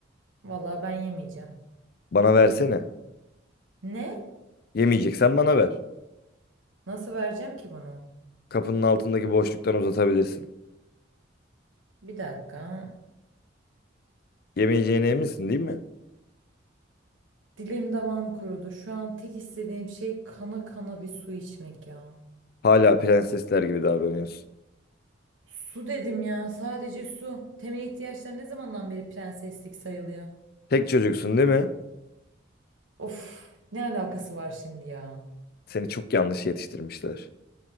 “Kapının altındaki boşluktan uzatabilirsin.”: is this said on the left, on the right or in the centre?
Left